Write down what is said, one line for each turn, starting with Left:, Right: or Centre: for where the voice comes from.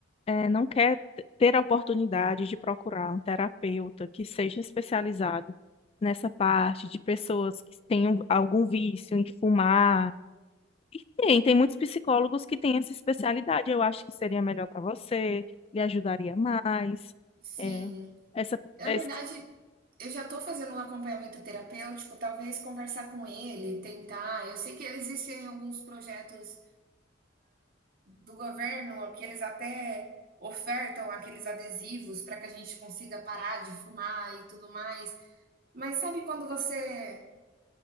Left: eh, não quer t- ter a oportunidade de procurar um terapeuta que seja especializado nessa parte de pessoas que tenham algum vício em fumar. E tem, tem muitos psicólogos que têm essa especialidade. Eu acho que seria melhor para você, lhe ajudaria mais.
Right: Sim.
Left: É, essa,
Right: Na
Left: esse-
Right: verdade, eu já tô fazendo um acompanhamento terapêutico, talvez conversar com ele, tentar. Eu sei que existem alguns projetos do governo, que eles até ofertam aqueles adesivos para que a gente consiga parar de fumar e tudo mais. Mas sabe quando você